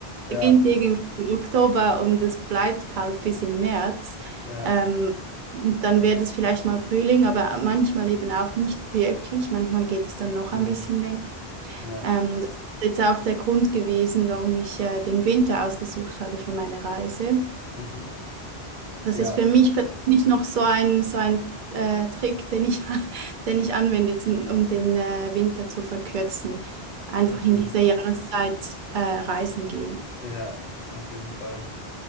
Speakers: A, on the left; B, on the right.
A: ja,
B: beginnt irgendwie im Oktober und es bleibt kalt bis im März.
A: ja,
B: Ähm, und dann wird es vielleicht mal Frühling, aber manchmal eben auch nicht wirklich. Manchmal geht es dann noch
A: mhm.
B: ein bisschen länger.
A: Ja,
B: Ähm, das ist jetzt auch der Grund gewesen, warum ich äh, den Winter ausgesucht habe für meine Reise.
A: mhm.
B: Das
A: Ja,
B: ist für mich persönlich noch so ein, so ein äh, Trick, den ich, <laughs> den ich anwende, zum, um den äh, Winter zu verkürzen. Einfach
A: auf
B: in
A: jeden,
B: dieser Jahreszeit äh, reisen gehen.
A: ja, auf jeden Fall.